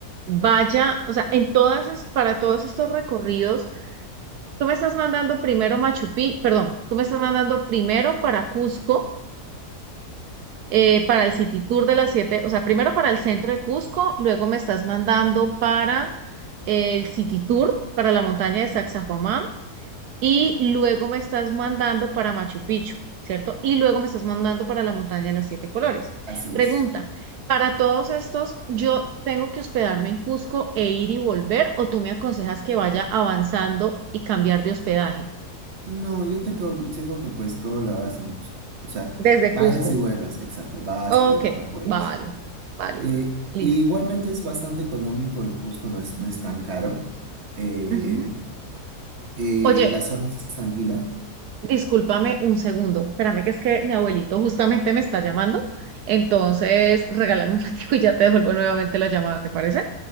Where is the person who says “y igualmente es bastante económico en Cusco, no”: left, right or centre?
Right